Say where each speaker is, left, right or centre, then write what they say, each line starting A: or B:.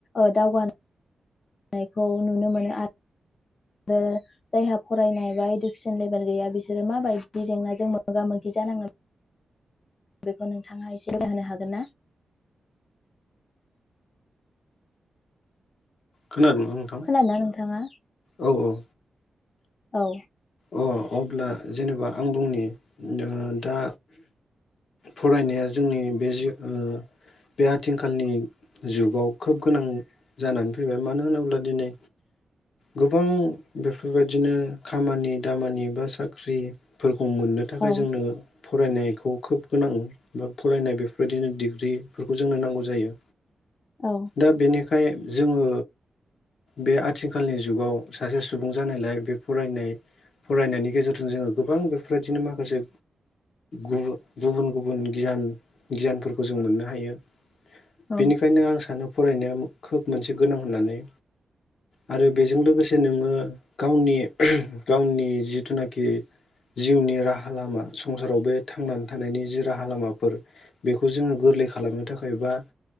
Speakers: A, on the left; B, on the left.
A: औ दावगानो नायखौ नुनो मोनो आ रो जायहा फरायनाय बा इडुकेसन लेभेल गैया बिसोरो माबायदि जेंनाजों मोगा मोगि गि जानाङो। बेखौ नोंथाङा एसे बनो हागोन ना?
B: खोनादों ना नोंथां
A: खोनादोंना नोंथाङा?
B: औ औ
A: औ
B: अ अब्ला जेनेबा आं बुंनि दा फरायनाया जोंनि बे जिउ ओ बे आथिंखालनि जुगाव खोब गोनां जानानै फैबाय मानो होनोब्ला दिनै गोबां बेफोरबायदिनो खामानि दामानि बा साख्रिफोरखौ मोननो थाखाय
A: औ
B: जोंनो फरायनायखौ खोब गोनां बा फरायनाय बेफोरबायदिनो डिग्रिफोरखौ जोंनो नांगौ जायो।
A: औ
B: दा बेनिखाय जोङो बे आथिखालनि जुगाव सासे सुबुं जानायलाय बे फरायनाय फरायनायनि गेजेरजों जोङो गोबां बेफोरबायदिनो माखासे गुबुन गुबुन गियान गियान गियानफोरखौ जों मोननो हायो।
A: औ
B: बेनिखायनो आं सानो फरायनाया खोब मोनसे गोनां होननानै। आरो बेजों लोगोसे नोङो गावनि गावनि जिथुनाखि जिउनि राहा लामा संसाराव बे थांनानै थानायनि जि राहा लामाफोर बेखौ जोङो गोथ गोरलै खालामनो थाखाय बा